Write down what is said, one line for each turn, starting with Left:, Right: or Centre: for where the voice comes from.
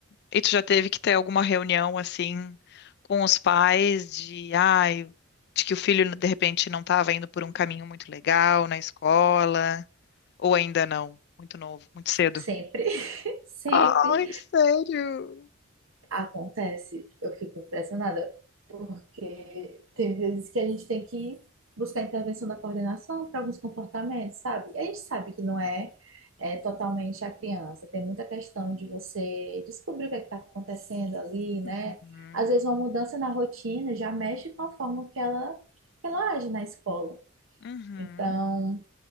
Left: e tu já teve que ter alguma reunião assim com os pais de, ai, de que o filho de repente não estava indo por um caminho muito legal na escola, ou ainda não, muito novo, muito cedo.
Right: Sempre, <laughs> sempre
Left: Ai, sério?
Right: acontece. Eu fico impressionada, porque tem vezes que a gente tem que buscar intervenção da coordenação para alguns comportamentos, sabe? E a gente sabe que não é, é totalmente a criança, tem muita questão de você descobrir o que está acontecendo ali, né?
Left: Uhum,
Right: Às vezes uma mudança na rotina já mexe com a forma que ela, que ela age na escola.
Left: uhum,
Right: Então,